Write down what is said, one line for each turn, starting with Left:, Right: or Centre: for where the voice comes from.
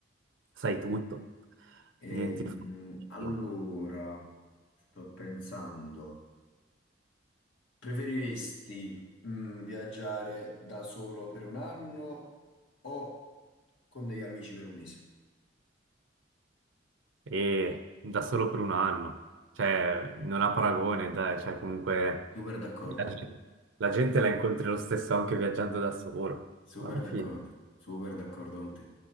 Right: sai tutto,
Left: ehm,
Right: diventi... fortissimo.
Left: allora, sto pensando, preferiresti mm, viaggiare da solo per un anno o con degli amici per un mese?
Right: E da solo per un anno, cioè, non ha paragone, dai, cioè, comunque,
Left: Super d'accordo.
Right: la, gen- la gente la incontri lo stesso anche viaggiando da solo,
Left: Super
Right: alla
Left: d'accordo,
Right: fine.
Left: super d'accordo con te.